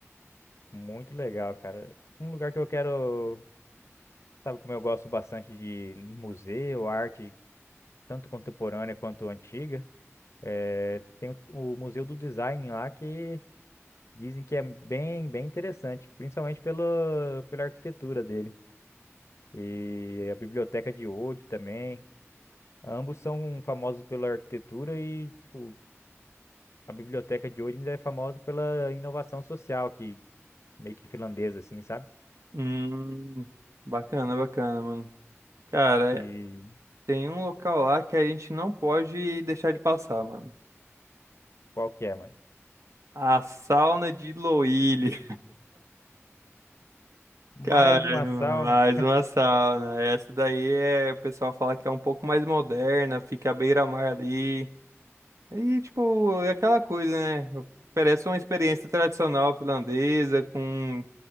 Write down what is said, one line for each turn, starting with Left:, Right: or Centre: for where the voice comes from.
Left: Muito legal, cara. Um lugar que eu quero, sabe como eu gosto bastante de museu, arte, tanto contemporânea quanto antiga, é, tem o, o Museu do Design lá que dizem que é bem, bem interessante, principalmente pela, pela arquitetura dele. E a Biblioteca de Old também. Ambos são famosos pela arquitetura e, tipo, a Biblioteca de Old ainda é famosa pela inovação social, que meio que finlandesa, assim, sabe?
Right: Hum, bacana, bacana, mano. Cara,
Left: E
Right: é- tem um local lá que a gente não pode deixar de passar, mano.
Left: qual que é, mano?
Right: A sauna de Loíli.
Left: Mais
Right: Cara,
Left: uma sauna.
Right: mais uma sauna. Essa daí é, o pessoal fala que é um pouco mais moderna, fica à beira-mar ali. E, tipo, é aquela coisa, né? Oferece uma experiência tradicional finlandesa, com